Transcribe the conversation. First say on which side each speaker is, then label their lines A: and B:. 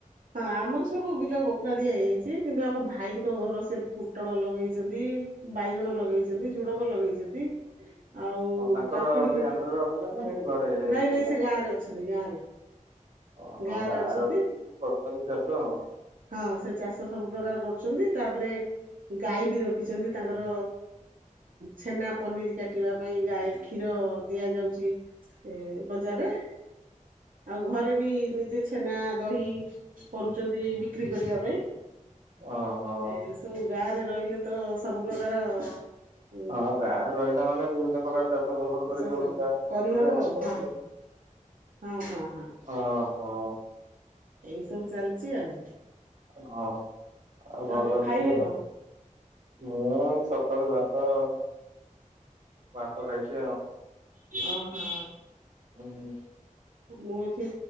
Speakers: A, on the right; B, on the right.
A: ହଁ ଆମର ସବୁ ପୋଖରା ଦିଆ ହେଇଯାଇଛି, କିନ୍ତୁ ଆମ ଭାଇଙ୍କ ଘର ସେ ପୋଟଳ ଲଗେ ଇଛନ୍ତି, ବାଇଗଣ ଲଗେଇଛନ୍ତି, ଝୁଡକ ଲଗେଇଛନ୍ତି ଆଉ
B: ଓ ତାଙ୍କର
A: କାକୁଡି
B: ସେଇ
A: ବି,
B: ଆନ୍ଧ୍ରରେ ଅଛନ୍ତି ନା ସେଇଠି ଘରେ ଏଠି
A: ନାଇଁ ନାଇଁ ସେ ଗାଁରେ ଅଛନ୍ତି, ଗାଁରେ
B: ଓହୋ
A: ଗାଁରେ ଅଛନ୍ତି,
B: କରୁଛନ୍ତି ଚାଷ ଆଉ
A: ହଁ ସେ ଚାଷ ସବୁ ପ୍ରକାର କର ଛନ୍ତି, ତାପରେ ଗାଈ ବି ରଖ ରଖିଛନ୍ତି, ତାଙ୍କର ଛେନା ପନିର କାଟିବା ପାଇଁ ଗାଈ କ୍ଷୀର ଦିଆଯାଉ ଏ ବଜାରରେ ଆଉ ଘରେ ବି ନିଜେ ଛେନା ଦହି କରୁଛନ୍ତି, ବିକ୍ରି କରିବା ପାଇଁ।
B: ଓ ହୋ।
A: ଏ ସବୁ ଗାଁ ରହିଲେ ତ ସବୁ ପ୍ରକାର ଉ
B: ହଁ ଗାଁ ରେ ରହିଲା ମାନେ ବିଭିନ୍ନ ପ୍ରକାର ଚାଷ ଫସଲ କରି
A: ଚାଷ
B: ଯୋଉଠି ଯାହାଲେ
A: କରିହବ ଆଉ ହଁ ହଁ ହଁ ହଁ
B: ଓହୋ
A: ଏଇ ସବୁ ଚାଲିଛି ଆଉ
B: ହଁ ଆ ଭଲବ
A: ଆଉ କଣ ଖାଇଲେ କଣ
B: ମୁଁ ସକାଳୁ ଭାତ ଭାତ ଖାଇଛି ଆଉ
A: ଓହୋ
B: ହୁଁ
A: ମୁଁ ଏଠି